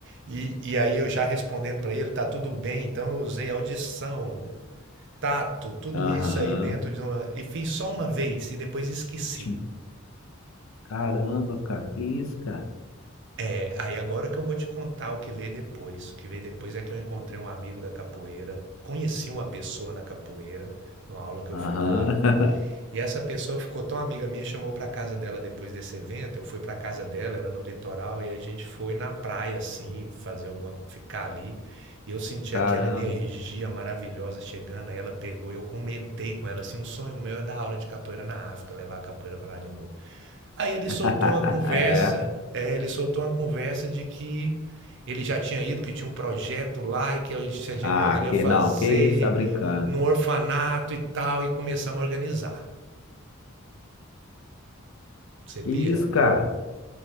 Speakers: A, on the right; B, on the left.
A: E, e aí eu já respondendo para ele: "Tá tudo bem". Então eu usei audição, tato, tudo
B: Aham.
A: isso aí dentro de uma e fiz só uma vez e depois esqueci.
B: Tinha um- Caramba, cara. Que isso, cara?
A: É, Aí agora que eu vou te contar o que veio depois. O que veio depois é que eu encontrei um amigo da capoeira, conheci uma pessoa na capoeira, numa aula que eu
B: Aham.
A: fui dar,
B: <laughs>
A: e essa pessoa ficou tão amiga minha, chamou para casa dela depois desse evento. Eu fui para casa dela, era no litoral, e a gente foi na praia assim, fazer alguma, ficar ali. E eu senti
B: Caramba.
A: aquela energia maravilhosa chegando, aí ela pegou e eu comentei com ela assim, um sonho meu é dar aula de capoeira na África, levar a capoeira para lá de novo. Aí ele
B: <laughs>
A: soltou uma conversa,
B: É.
A: é, ele soltou uma conversa de que ele já tinha ido, que tinha um projeto lá e que a gente a gente
B: Ah,
A: poderia
B: que
A: fazer
B: não. Que isso, tá brincando?
A: no orfanato e tal, e começamos a organizar. Você
B: Que
A: pira?
B: isso, cara?